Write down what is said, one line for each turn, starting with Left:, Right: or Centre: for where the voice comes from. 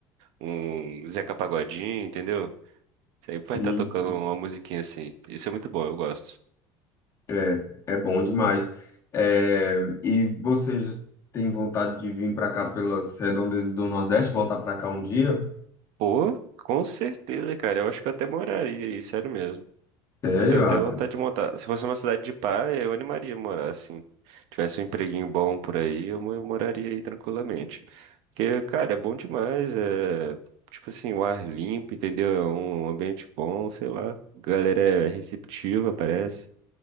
Right: um, um Zeca Pagodinho, entendeu? Sempre
Left: Sim,
Right: vai estar tocando
Left: sim.
Right: uma musiquinha assim. Isso é muito bom, eu gosto.
Left: É, é bom demais. É, e você j- tem vontade de vir para cá pelas redondezas do Nordeste, voltar para cá um dia?
Right: Pô, com certeza, cara. Eu acho que eu até moraria aí, sério mesmo.
Left: Sério?
Right: Eu tenho até
Left: Ah,
Right: vontade de montar. Se fosse uma cidade de praia, eu animaria a morar, assim. Tivesse um empreguinho bom por aí, eu, mo- eu moraria aí tranquilamente. Porque, cara, é bom demais. É, tipo assim, o ar limpo, entendeu? É um ambiente bom, sei lá. A galera é receptiva, parece.